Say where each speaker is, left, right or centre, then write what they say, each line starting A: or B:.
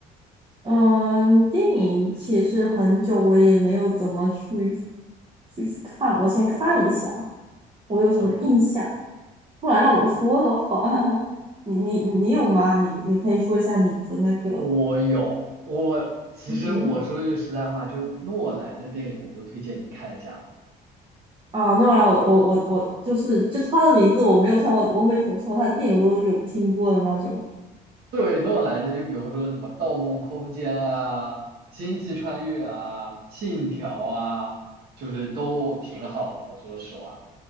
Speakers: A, on the right; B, on the right.
A: 嗯，电影其实很久我也没有怎么去去去看了，我先看一下我有什么印象。
B: ？OK，
A: 不然让我说的话，<laughs> 你你你有吗？你你可以说一下你的那个。
B: 我有，我其实我说句实在话，
A: 嗯哼
B: 就诺兰的电影我都推荐你看一下。
A: 啊，诺兰，我我我我我就是就他的名字我没有看过，我每次我看过他的电影我都有听过的那种。
B: 对，诺兰的就比如说什么《盗梦空间》啊，《星际穿越》啊，《信条》啊，就是都挺好的。我说实话，